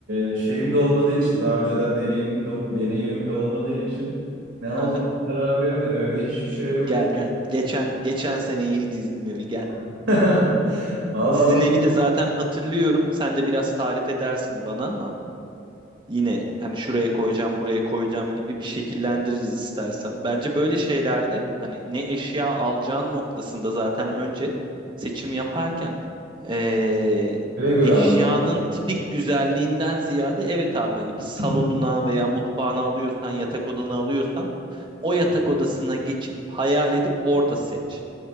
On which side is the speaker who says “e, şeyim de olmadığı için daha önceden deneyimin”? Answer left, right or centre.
Right